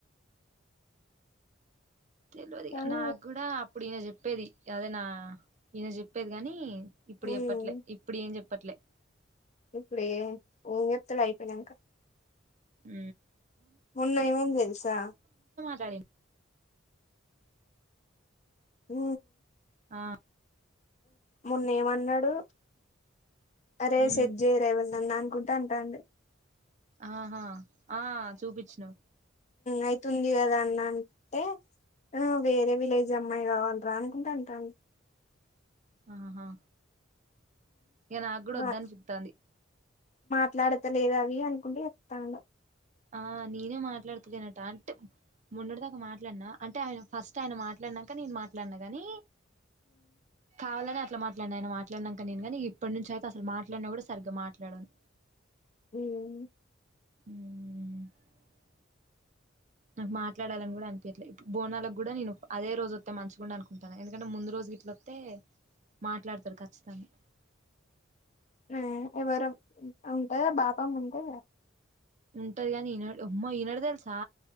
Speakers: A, on the right (about 35°); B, on the left (about 35°).
A: తెలిదు
B: కానీ
A: నాకు కూడా అప్పుడ చెప్ప చెప్పేది అదేనా ఈయన చెప్పేది కాని ఇప్పుడు
B: ఉమ్,
A: చెప్పట్లే ఇప్పుడు ఏం చెప్ప పట్లే
B: ఇప్పుడు ఉంగలయిపోనాంకా
A: ఉ
B: ఉన్నై ముంద తెలుసా
A: సడ
B: ఉ
A: ఆ
B: మొన్న ఏమన్నాడు అరే
A: మ్మ్
B: సజ్జేరేవల్ న గుంట అంతా అండి
A: ఆహా ఆ చూపించను్
B: అయితుంది కదా అన్న అంటే వేరే విలేజ్ అమ్మాయి కావాలరా అనుకుంటే అంటాను
A: ఆహా ఇక నాకు కూడా
B: మా
A: వద్దనిపిత్తంది
B: మాట్లాడతలేదు అవి అనుకుంటే చెప్తాం
A: ఆ నేనే మాట్లాడుతలేనట అంటే మొన్నటి దాకా మాట్లాడినా అంటే ఆయన ఫస్ట్ ఆయన మాట్లాడినాక నేను మాట్లాడినా కాని కావాలని అట్లా మాట్లాడినను ఆయన మాట్లాడినాక నేను కాని ఇప్పటి నుంచి అయితే అసలు మాట్లాడినా కూడా సరిగ్గా మాట్లాడును
B: అవు
A: అ <inaudible> నాకు మాట్లాడాలని కూడా అనిపించట్లేదు ఇప్పుడు బోనాలకు కూడా నేను అదే రోజు వస్తే మంచికుంటాది అనుకుంటాను ఎందుకంటే ముందు రోజు గట్లొస్తతే మాట్లాడతాడు ఖచ్చితంగా
B: ఆ ఎవరు ఉంటాయా బాపమ్మ ఉంటే
A: ఉంటరిగాని ఇ ఉమ్మా ఈనుడదల్సా